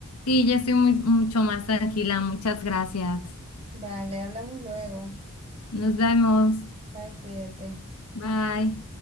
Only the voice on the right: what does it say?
Vale, hablamos luego.
Bye, cuídate.